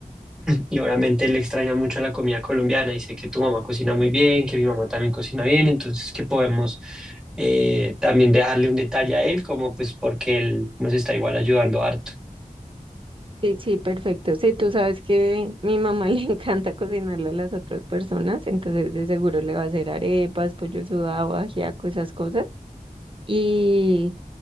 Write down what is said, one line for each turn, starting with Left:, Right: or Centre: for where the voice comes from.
Centre: y obviamente él extraña mucho la comida colombiana y sé que tu mamá cocina muy bien, que mi mamá también cocina bien, entonces que podemos eh, también dejarle un detalle a él como pues porque él nos está igual ayudando harto.
Right: Sí, sí, perfecto. Sí, tú sabes que mi mamá <laughs> le encanta cocinarle a las otras personas, entonces de seguro le va a hacer arepas, pollo sudado, ajiaco, esas cosas. Y